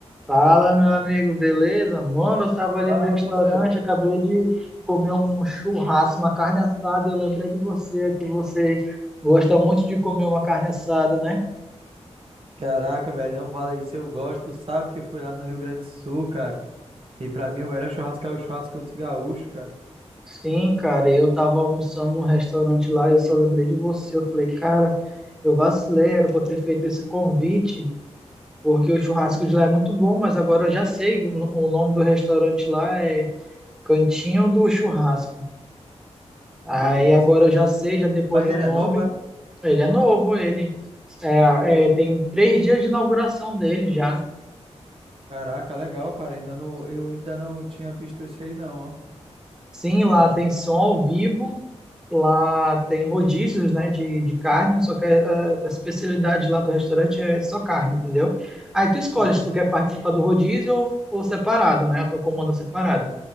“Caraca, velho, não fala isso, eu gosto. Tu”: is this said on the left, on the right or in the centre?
Right